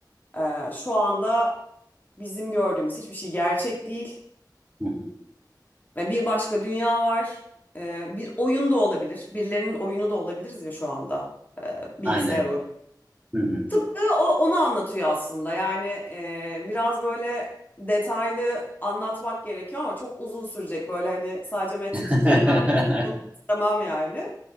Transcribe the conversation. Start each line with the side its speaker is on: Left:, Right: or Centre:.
Left: e, şu anda bizim gördüğümüz hiçbir şey gerçek değil
Right: Hı hı.
Left: ve bir başka dünya var Ee, bir oyun da olabilir birilerinin oyunu da olabiliriz ya şu anda Ee, bilgisayar
Right: Aynen. Hı hı.
Left: Tıpkı o, onu anlatıyor aslında. Yani e, biraz böyle detaylı anlatmak gerekiyor ama çok uzun sürecek. Böyle hani sadece Matrix
Right: <laughs>
Left: üzerinden konuşalım da istemem yani.